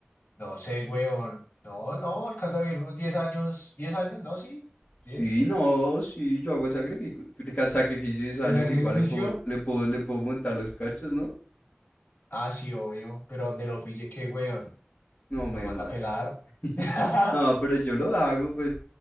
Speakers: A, on the left (about 55°); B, on the left (about 35°).
A: No sé, huevón. No, no, alcanza a vivir unos 10 años. diez años? No, sí.
B: Sí,
A: diez
B: no, sí, yo hago el sacrificio, ca- sacrificio de 10 años,
A: ¿De sacrificio?
B: igual le puedo, le puedo, le puedo montar los cachos, ¿no?
A: Ah, sí, obvio. Pero donde lo pille, qué huevón.
B: No, me
A: Lo manda
B: mata.
A: a pelar.
B: <laughs>
A: <laughs>
B: No, pero yo lo hago, pues,